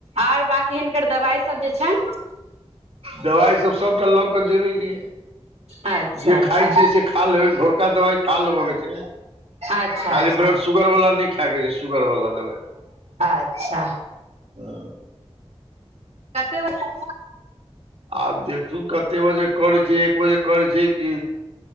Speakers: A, on the right; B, on the right.
A: आओर बकी हिनकर दवाइ सब जे छेन
B: दबाइसभ सभटा लऽ कऽ जेबै कि य
A: अच्छा
B: जे
A: अच्छा
B: खाइ छियै से खा लेबै भोरका दबाइ खा लेब के छै
A: अच्छा
B: खाली
A: अच्छा
B: ब्लड सुुगर वाला नहि खा के सुगर बलला दवाय
A: अच्छा कतेक बजे
B: आब देखु कते बजे त बाजे करी छै एक बजे करी छै कि